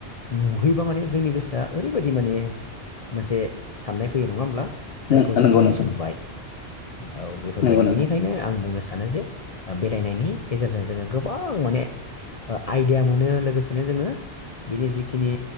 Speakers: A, on the left; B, on the left.
A: नुहैबा माने जोंनि गोसोआ ओरैबायदि माने मोनसे साननाय फैयो नङा होमब्ला जायखौ
B: नंगौ
A: जों दिनैसो
B: नोंथां
A: नुबाय औ बेफोरबायदि
B: नंगौ नोंथां
A: बिनिखायनो आं बुंनो सानो सानो जे बेरायनायनि गेजेरजों जोङो गोबां माने आइडिया मोनो लोगोसेनो जोङो बिनि जिखिनि